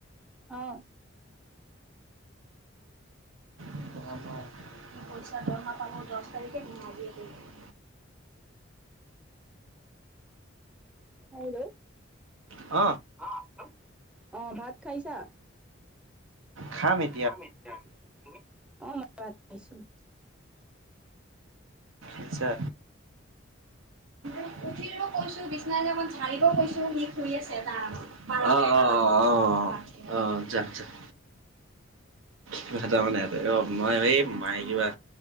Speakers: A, in the centre; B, on the right.
A: অ'
B: <unintelligible> পইচা দৰমহা পাব দহ তাৰিখে দিম আজিয়ে দিম।
A: হেল্ল!
B: অঁ।
A: অ' হেল্ল'। অঁ ভাত খাইছা?
B: খাম এ
A: খাম এতিয়া। আপুনি? অ মই ভাত খাইছো।
B: আচ্ছা। উঠিলেও <unintelligible> তোৰ বিচনা যে মই ঝাৰিব কৈছো, সি শুই আছে তাৰ আৰামত। অ অ অ অ। অঁ যা যা কিবা তাৰমানে এহেতে অ' মই এই মায়ে কিবা